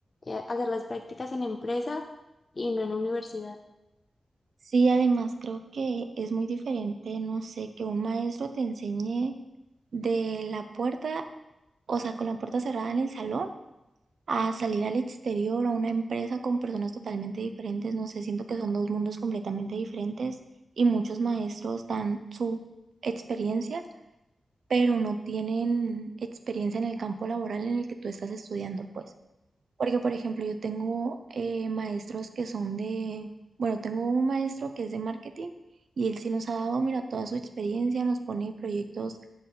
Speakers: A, on the left; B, on the right.
A: eh, hacer las prácticas en empresas y no en universidad.
B: Sí, además creo que es muy diferente, no sé, que un maestro te enseñe de la puerta, o sea, con la puerta cerrada en el salón, a salir al exterior, a una empresa con personas totalmente diferentes, no sé, siento que son dos mundos completamente diferentes y muchos maestros dan su experiencia, pero no tienen experiencia en el campo laboral en el que tú estás estudiando, pues. Porque, por ejemplo, yo tengo eh, maestros que son de, bueno, tengo un maestro que es de marketing y él sí nos ha dado, mira, toda su experiencia, nos pone proyectos